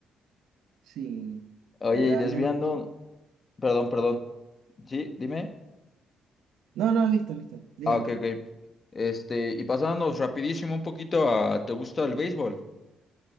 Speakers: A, on the right; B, on the left.
A: Sí,
B: Oye,
A: realmente.
B: y desviando, perdón, perdón. Sí, dime.
A: No, no, listo, listo, dígame.
B: Ah, ok, ok. Este, y pasándonos rapidísimo un poquito a, ¿te gusta el béisbol?